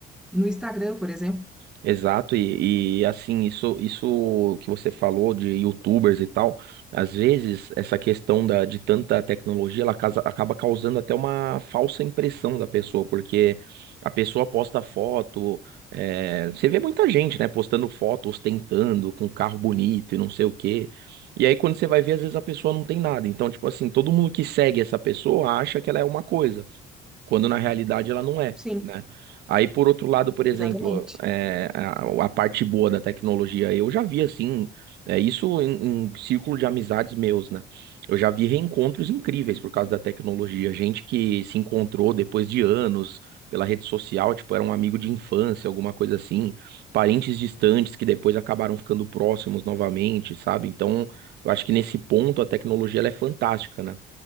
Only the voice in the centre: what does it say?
no Instagram, por exemplo.
Sim,
exatamente.